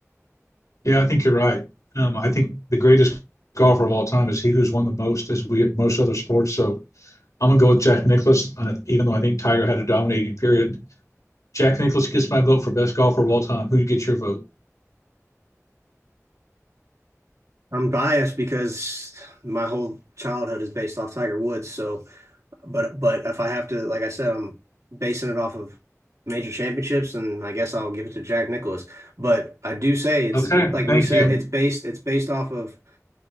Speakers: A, on the left (about 80°); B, on the right (about 70°).
A: Yeah, I think you're right. Um, I think the greatest golfer of all time is he who's won the most, as we most other sports. So I'm gonna go with Jack Nicklaus, uh, even though I think Tiger had a dominating period. Jack Nicklaus gets my vote for best golfer of all time. Who gets your vote?
B: I'm biased because my whole childhood is based off Tiger Woods. So, but but if I have to, like I said, I'm basing it off of major championships, and I guess I'll give it to Jack Nicklaus. But I do say it's
A: Okay,
B: it, like we
A: thank
B: said,
A: you.
B: it's based it's based off of